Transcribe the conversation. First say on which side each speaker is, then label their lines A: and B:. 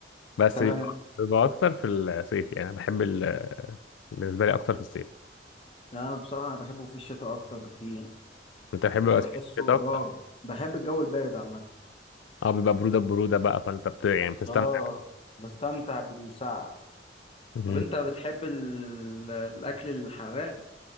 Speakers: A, on the left (about 80°); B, on the left (about 30°).
A: بس
B: تمام
A: بيبقى بيبقى اكتر في الصيف يعني انا بحب ال... بالنسبه لي اكتر في الصيف
B: لا، انا بصراحه انا بحبه في الشتاء اكتر بكتير
A: انت بتحب بقى
B: أنا بحسه
A: صيف الشتاء
B: اه
A: اكتر
B: بحب الجو البارد عامة
A: اه بيبقى بروده بروده بقى فانت بت... يعني بتستمتع
B: اه بستمتع بالساعة
A: مم.
B: طب انت بتحب ال- الاكل الحراق